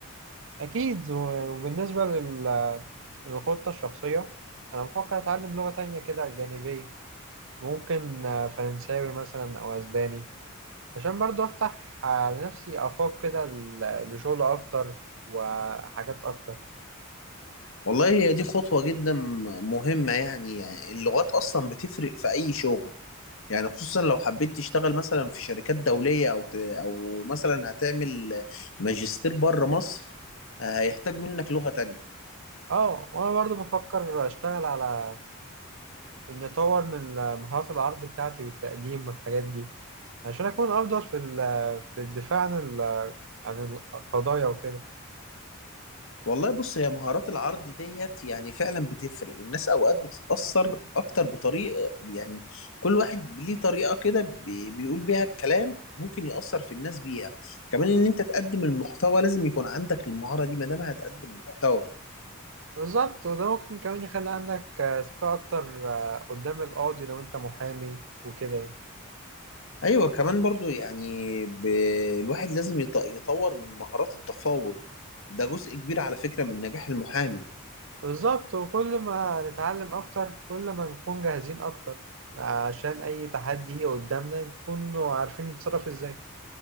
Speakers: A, on the right; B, on the left.
A: اكيد و- وبالنسبه لل- للخطه الشخصيه انا بفكر اتعلم لغه تانية كده جانبيه ممكن آه، فرنساوي مثلا أو أسباني عشان برضو أفتح آه، لنفسي آفاق كده ل- لشغل أكتر وحاجات أكتر
B: والله هي دي خطوة جدا مهمة يعني, يعني اللغات أصلا بتفرق في أي شغل يعني خصوصا لو حبيت تشتغل مثلا في شركات دولية أو ت... أو مثلا هتعمل ماجستير بره مصر آه، هيحتاج منك لغة تانية
A: اه وأنا برضو بفكر أشتغل على إني أطور من مهارات العرض بتاعتي والتقديم والحاجات دي عشان أكون أفضل في ال- في الدفاع عن ال- عن القضايا وكده
B: والله بص هي مهارات العرض ديت يعني فعلا بتفرق الناس أوقات بتتأثر أكتر بطريقة يعني كل واحد ليه طريقة كده بي... بيقول بيها الكلام ممكن يأثر في الناس بيها كمان إن أنت تقدم المحتوى لازم يكون عندك المهارة دي ما دام هتقدم محتوى
A: بالظبط وده ممكن كمان يخلي عندك آه، ثقة أكتر آه، قدام القاضي لو أنت محامي وكده يعني
B: ايوه كمان برضو يعني ب... الواحد لازم يط... يطور من مهارات التفاوض ده جزء كبير على فكرة من نجاح المحامي
A: بالظبط وكل ما نتعلم أكتر كل ما نكون جاهزين أكتر عشان أي تحدي يجي قدامنا نكون عارفين نتصرف إزاي